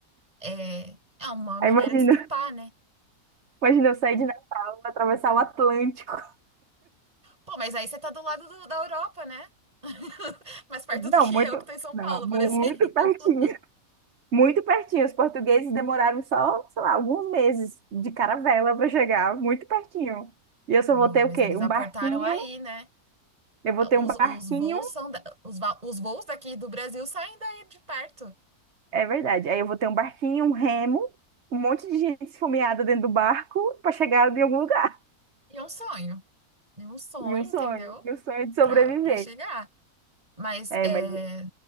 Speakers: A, on the right; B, on the right.
A: É, é uma maneira
B: Aí imagina.
A: de escapar, né?
B: Imagina eu sair de Natal, atravessar o Atlântico.
A: Pô, mas aí você tá do lado do- da Europa, né? <laughs> Mais perto do
B: Não,
A: que
B: muito,
A: eu, que tô em São
B: não,
A: Paulo,
B: muito
A: por <laughs> exemplo.
B: pertinho. Muito pertinho. Os portugueses demoraram só, sei lá, alguns meses de caravela para chegar, muito pertinho. E eu só
A: Amiga,
B: vou ter
A: mas
B: o quê?
A: eles
B: Um
A: aportaram
B: barquinho.
A: aí, né?
B: Eu vou ter
A: Os,
B: um barquinho,
A: os voos são da- os, va- os voos daqui do Brasil saem daí de perto.
B: é verdade. Aí eu vou ter um barquinho, um remo, um monte de gente esfomeada dentro do barco para chegar em algum lugar.
A: E é um sonho. É um sonho,
B: E um sonho,
A: entendeu?
B: e um sonho de sobreviver.
A: Pra, pra chegar. Mas
B: É,
A: é,
B: mas